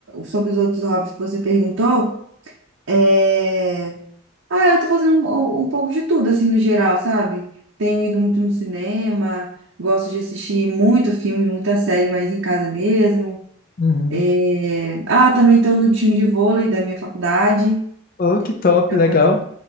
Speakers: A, on the right; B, on the left.
A: sobre os outros hobbies que você perguntou, é... Ah, eu tô fazendo um, um um pouco de tudo, assim, no geral, sabe? Tenho ido muito no cinema, gosto de assistir muito filme, muita série, mas em casa mesmo.
B: Uhum.
A: É, Ah, também tô no time de vôlei da minha faculdade,
B: Oh, que top,
A: então,
B: legal.